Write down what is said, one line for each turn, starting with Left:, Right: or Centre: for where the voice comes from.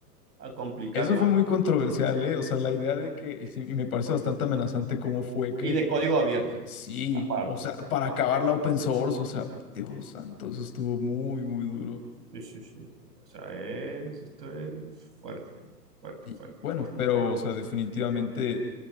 Right: a complicar
Left: Eso
Right: más.
Left: fue muy controversial, ¿eh? O sea, la idea de que, y sí, y me parece bastante amenazante cómo fue que,
Right: Y de código abierto,
Left: sí,
Right: aparte.
Left: o sea, para acabar la open source, o sea, Dios santo, eso estuvo muy, muy duro.
Right: Sí, sí, sí, sí. O sea, es, esto es fuerte, fuerte,
Left: Y
Right: fuerte,
Left: bueno,
Right: fuerte.
Left: pero, o sea, definitivamente